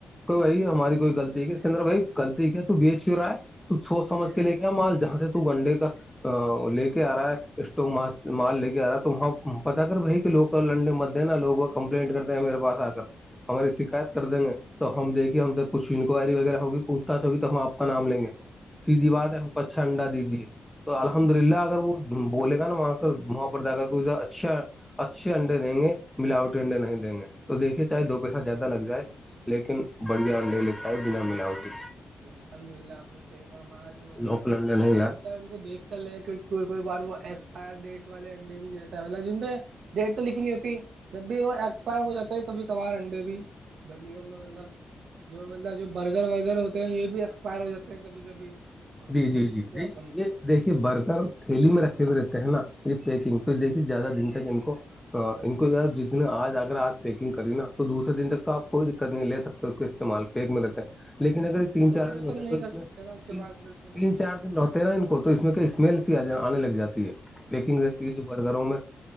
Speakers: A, in the centre; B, on the right (about 80°).
A: کوئی وہی ہے ہماری کوئی غلط ھ سکندر بھائی لطی کیا تو بیچ کی ہو رہا ہے تو سوچ سمجھ
B: جی
A: کے لے کے مال جہاں سے تو گنڈے کا ا لے کے آ رہا ہے اسٹو مارک مال لے کے آ رہا ہے تو وہاں پتا کر بھائی کہ لوگ لنڈے مدے نا لوگ وہ کمپلینٹ کرتے ہیں میرے پاس آ کر ہماری شکایت کر دیں گے تو ہم دیکے ہم سےب کچھ وائری وغیرہ ہوگیوچھ ہوی تو ہمپ کا نام لیں گے سیدھی بات ہے ہم کو اچھا انڈا دی دیے تو الحمد للہ اگر وہ بولے گا نا وہاں
B: جی
A: پرد کر کو اسا اچھا اچھے انڈے دیں گے ملاوٹی انڈے نہیں دیں گے تو دیکھیے چاہے دو پیسہ زیادہ لگ جائے لیکن
B: جی
A: بڑھیا انڈے لیتا ہے بنا ملاوٹی
B: جی الحمد للہ آپ سیف اور معا جو مطلب
A: لوکل انڈے نہیں
B: اننٹے
A: لائے
B: ان کو دیکھ کر لے کہ کوئی کوئی بار وہ ایکسپائر ڈیٹ والے انڈے بھی دیتا ہے مطلب جن پہ ڈیٹ تو لکھی نہیں ہوتی جب بھی وہ ایکسپائر ہو جاتا ہے کبھی کبھار انڈے بھی گرمیوں میں مطلب جو مطلب جو برزر وغیرہ ہوتا یہ بھی ایکسپائر ہو جاتے ہیں کبھی کبھی اور
A: جی
B: ان کو
A: جی
B: دے دیتے
A: جی جی
B: ہیں اپن کو
A: یہ دیکھیے برکر
B: ان چیزوں کو
A: تھھیلی میں رکھے ہوئے نا یہ پیکنگ تو دیکھی زیادہ دن تک ان کو ان کو یار جس دن آج اگر آپ پیکنگ کری نا تو دوسرے دن تک تو آپ کوئی دقت نہیں لے سکتے اس کے استعمال پ ایک م رہتا ہے لیکن اگر یہ تین
B: زیادہ
A: چار
B: دنوں
A: دن
B: تک
A: ہوتا ہے
B: نہیں
A: تو
B: کر
A: اس میں
B: سکتے نا اس کے
A: ت
B: بعد پھر کو
A: تین
B: بدلنا
A: چار
B: پڑتا
A: دن رہتے نا ان کو تو اس میں اسمیل س آنے لگ جاتی ہے
B: جی
A: پیکنگ
B: جی جی
A: رہتی
B: وہ
A: ہے جو برگروں میں